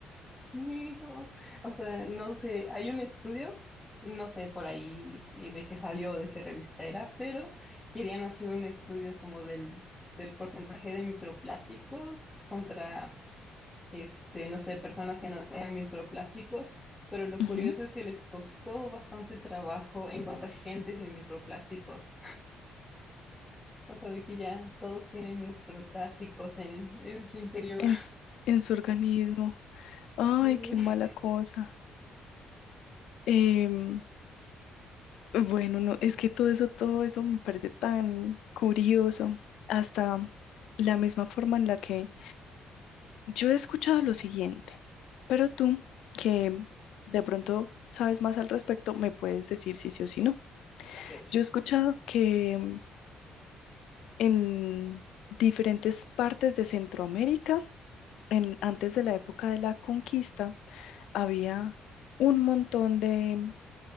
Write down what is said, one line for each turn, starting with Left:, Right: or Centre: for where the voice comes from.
Centre: Sí, no, o sea, no sé, hay un estudio, no sé por ahí eh, de qué salió, de qué revista era, pero querían hacer un estudio como del, del porcentaje de microplásticos contra este, no sé, personas que no tenían microplásticos, pero lo
Left: Ujú.
Centre: curioso es que les costó bastante trabajo encontrar gente sin microplásticos. <laughs> O sea, de que ya todos tienen microplásticos en, en su interior.
Left: En, s- en su organismo.
Centre: <laughs>
Left: Ay,
Centre: Y,
Left: qué mala cosa. Em, bueno, no, es que todo eso, todo eso me parece tan curioso. Hasta la misma forma en la que yo he escuchado lo siguiente, pero tú, que de pronto sabes más al respecto, me puedes decir si sí o si no.
Centre: a ver,
Left: Yo he escuchado que em, en diferentes partes de Centroamérica, en- antes de la época de la conquista, había un montón de,